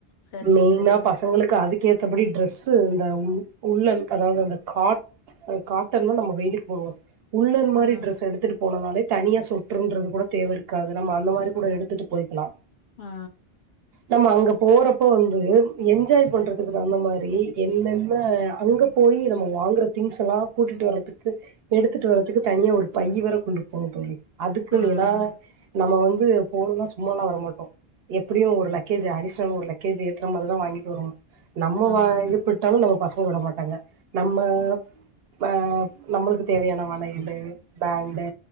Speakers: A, on the left; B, on the right.
A: சரிங்க
B: மெய்னா
A: தோழி.
B: பசங் எங்குளுக்கு அதுக்கேத்தபடி ட்ரெஸ்ஸு இந்த உ உள்ளன் அதாவது அந்த காட் அ காட்டன் தா நம்ம வெய்லுக்கு போடுவோ உள்ளன்
A: ம்,
B: மாரி ட்ரெஸ்ஸு எடுத்துட்டு போனோனாலே தனியா சொட்றுன்றது கூட தேவ இருக்காது நம்ம அந்த மாரி கூட எடுத்துட்டு போயிக்குலா
A: ஆ
B: நம்ம அங்க போறப்போ வந்து என்ஜாய் பண்றதுக்கு தகுந்த மாரி என்னென்ன அங்க போய் நம்ம வாங்கறது திங்ஸலா கூட்டிட்டு வரதுக்கு எடுத்துட்டு வரதுக்கு தனியா ஒரு பையி வேற கொண்டு போணு தோழி அதுக்குன்
A: ம்,
B: ஏனா நம்ம வந்து போணுன்னா சும்மால்லா வரமாட்டோ எப்புடியு ஒரு லக்கேஜ அடிஷ்னல் ஒரு லக்கேஜ ஏத்ற மரிதா வாங்கிட்வருவோ நம்ம
A: ம்,
B: வா இது பிட்டாலு நம்ம பசங்க விட மாட்டாங்க நம்ம ம நம்முளுக்கு தேவையான வளையலு பேண்டு